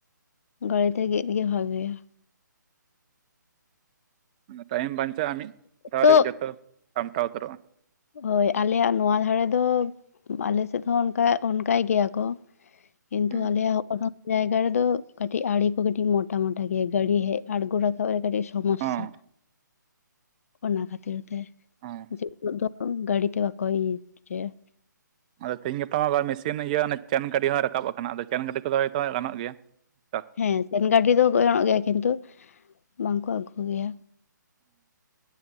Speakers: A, on the left; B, on the right.
A: ᱜᱟᱹᱲᱤᱛᱮ ᱜᱮᱫ ᱜᱮ ᱵᱷᱟᱜᱮᱭᱟ᱾
B: ᱴᱟᱭᱤᱢ ᱵᱟᱧᱪᱟᱜᱼᱟ ᱢᱤᱫ ᱫᱷᱟᱣ
A: ᱛᱚ
B: ᱨᱮ ᱡᱚᱛᱚ ᱥᱟᱢᱴᱟᱣ ᱩᱛᱟᱹᱨᱚᱜᱼᱟ᱾
A: ᱦᱳᱭ ᱟᱞᱮᱭᱟᱜ ᱱᱚᱣᱟ ᱫᱷᱟᱨᱮ ᱫᱚ ᱟᱞᱮ ᱥᱮᱫ ᱦᱚᱸ ᱚᱱᱠᱟ ᱚᱱᱠᱟᱭ ᱜᱮᱭᱟ ᱠᱚ᱾ ᱠᱤᱱᱛᱩ
B: ᱦᱮᱸ
A: ᱟᱞᱮᱭᱟᱜ <inaudible> ᱡᱟᱭᱜᱟ ᱨᱮᱫᱚ ᱠᱟᱹᱴᱤᱡ ᱟᱲᱮ ᱠᱚ ᱠᱟᱹᱴᱤᱡ ᱢᱚᱴᱟ ᱢᱚᱴᱟ ᱜᱮᱭᱟ ᱜᱟᱹᱲᱤ ᱦᱮᱡ ᱟᱲᱜᱚ ᱨᱟᱠᱟᱵ ᱨᱮ ᱠᱟᱹᱴᱤᱡ ᱥ ᱥᱚᱢᱚᱥᱥᱟ
B: ᱦᱚᱸ
A: ᱚᱱᱟ ᱠᱷᱟᱹᱛᱤᱨ ᱛᱮ
B: ᱦᱚᱸ
A: ᱡᱮ ᱩ ᱫᱚ ᱜᱟᱹᱲᱤᱛᱮ ᱵᱟᱠᱚ ᱤᱨ ᱪᱚᱭᱟ᱾
B: ᱟᱫᱚ ᱛᱤᱦᱤᱧ ᱜᱟᱯᱟ ᱟᱵᱟᱨ ᱢᱮᱥᱤᱱ ᱤᱭᱟᱹ ᱚᱱᱮ ᱪᱮᱱ ᱜᱟᱹᱰᱤ ᱦᱚᱸ ᱨᱟᱠᱟᱵ ᱟᱠᱟᱱᱟ, ᱟᱫᱚ ᱪᱮᱱ ᱜᱟᱹᱰᱤ ᱠᱚᱫᱚ ᱦᱚᱭᱛᱳ ᱜᱟᱱᱚᱜ ᱜᱮᱭᱟ᱾ ᱴᱨᱟᱠ
A: ᱦᱮᱸ ᱪᱮᱱ ᱜᱟᱹᱰᱤ ᱫᱚ ᱜᱚᱡᱱᱚᱜ ᱜᱮᱭᱟ ᱠᱤᱱᱛᱩ ᱵᱟᱝᱠᱚ ᱟᱹᱜᱩ ᱜᱮᱭᱟ᱾